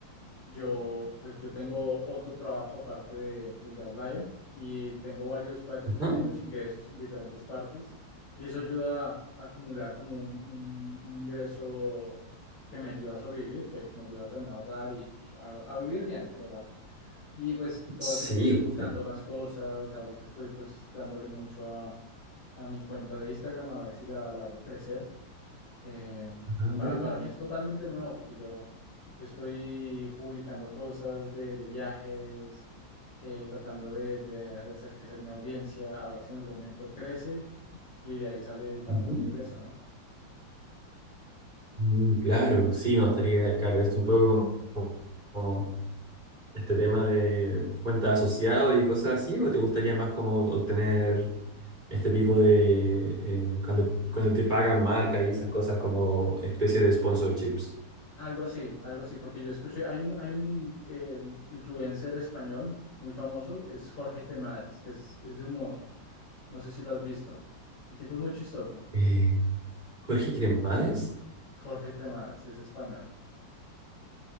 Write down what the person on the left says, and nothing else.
yo, pues yo tengo otro trabajo aparte de, del de Outlier y tengo varios, varios pequeños
ingresos en diferentes partes y eso ayuda a acumular como un, un- un ingreso que me ayuda a sobrevivir, que, que me ayuda también a ahorrar y, y a, a vivir bien en general. Y pues todo
el tiempo estoy buscando más cosas, ahorita estoy pues dándole mucho a, a mi cuenta de Instagram a ver si la, la hago crecer eh,
para,
para mí es totalmente nuevo porque yo, yo estoy publicando cosas de, de viajes, eh, tratando de, de- de hacer crecer mi audiencia, a ver si en algún momento crece y de ahí sale también
otro ingreso, ¿no?
Algo así, algo así, porque yo escuché, hay un, hay un eh, influencer español muy famoso, es Jorge Cremades, que es, es de humor, no sé si lo has visto. El tipo es muy chistoso,
Jorge Cremades, es español.